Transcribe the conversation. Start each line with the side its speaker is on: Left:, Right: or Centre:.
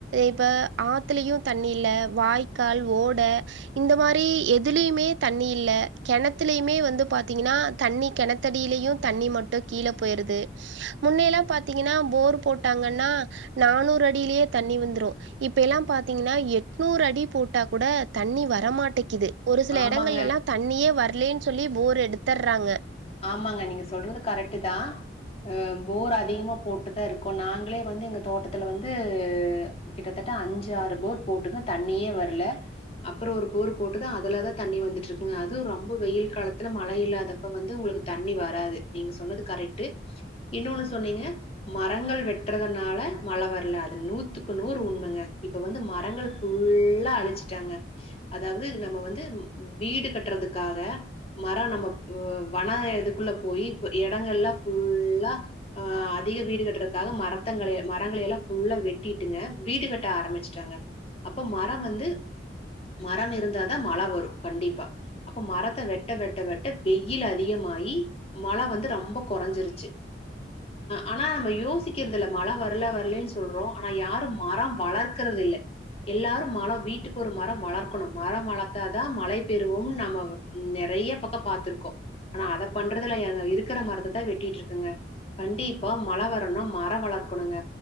Right: இப்ப ஆத்துலயு தண்ணி இல்ல வாய்க்கால் ஓட இந்த மா ரி எதுலியுமே தண்ணி இல்ல கெணத்துலயுமே வந்து பாத்தீங்கன்னா தண்ணி கெணத்தடிலயு தண் ணி மட்டு கீழ போயிருது முன்னெல்லா பாத்தீங்கன்னா போர் போட்டாங்கன்னா நானூற் அடிலயே தண்ணி வந்துரு இப்பெல்லா பாத்தீங்கன்னா எட்நூறு அடி போட்டா கூட தண்ணி வரமாட்டெக் கிது ஒரு சில
Left: ஆமாங்க
Right: எடங்கள்லேலா தண்ணியே வர்லேன் சொல்லி போர் எடுத்தற்ராங்க
Left: ஆமங்க நீங்க சொல்றது கரெக்டுதா அ போர் அதிகமா போட்டுதா இருக்கோ நாங் ளே வந்து எங்க தோட்டத்துல வந்து கிட்டத்தட்ட அஞ்சு ஆறு போர் போட்டுகோ தண்ணியே வர்ல அப்புறோ ஒரு போர் போட்டுதா அதுலதா தண்ணி வந்துட்டுருக்குங்க அதும் ரொம்ப வெயில் காலத்துல மழை இல்லாதப்ப வந் து உங்குளுக்கு தண்ணி வராது நீங்க சொன்னது கரெக்டு இன்னோனு சொன்னீங்க மரங்கள் வெட்றத னால மழ வர்ல அது நூத்துக்கு நூறு உண்மங்க இப்ப வந்து மரங்கள் ஃபுல்லா அழிச்சுட்டாங்க அதாவ்து நம்ம வந்து வீடு கட்டுறதுகாக மரொ நம்ம ஓ வன இதுக்குள்ள போயி இப்ப எடங்கள்லா ஃபுல்லா அதிக வீடு கட்டுறதுகாக மரத்த ங்களைய மரங்களையல்லா ஃபுல்லா வெட்டிட்டுங்க வீடு கட்ட ஆரம்பிச்சுட்டாங்க அப்பொ மரொ வந்து மரம் இருந்தாதா மழ வரு கண்டிப்பா அப்ப மரத்த வெட்ட வெட்ட வெட்ட பெய் வெயில் அதிகமாயி மழ வந்து ரொம்ப கொறஞ்சுருச்சு ஆனா நம யோசிக்கிறது இல்ல மழ வர்ல வர்லேன் சொல்றோ ஆனா யாரு மரொ வளர்கறது இல்ல எல்லாரு மரொ வீட்டுக்கொரு மரொ வளர்கணு மரொ வளத்தாதா மழை பெறுவோம்னு நம்ம நெ றைய பக்கொ பாத்துருக்கோ ஆனா அத பண்றதுல்ல இருக்குற மரத்தத்தா வெட்டிட்ருகங்க கண்டிப்பா மழ வரணுனா மரொ வளர்கணுங்க